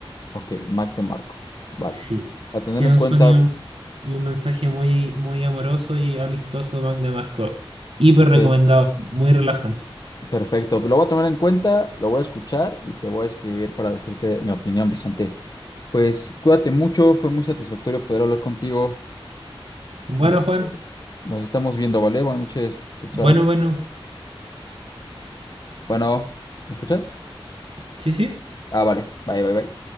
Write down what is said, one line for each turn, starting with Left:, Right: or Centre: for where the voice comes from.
Left: Ok, Mac de Marco. Vale.
Right: Sí,
Left: Para tenerlo
Right: tiene
Left: en
Right: un
Left: cuenta,
Right: sonido y un mensaje muy, muy amoroso y amistoso, Mac DeMarco. Hiper
Left: ok.
Right: recomendado, muy relajante.
Left: Perfecto, lo voy a tomar en cuenta, lo voy a escuchar y te voy a escribir para decirte mi opinión, Vicente. Pues cuídate mucho, fue muy satisfactorio poder hablar contigo.
Right: Bueno,
Left: Este,
Right: Juan,
Left: nos estamos viendo, ¿vale? Buenas noches, chao,
Right: bueno,
Left: chao.
Right: bueno,
Left: Bueno, ¿me escuchas?
Right: sí, sí.
Left: Ah, vale, bye, bye, bye.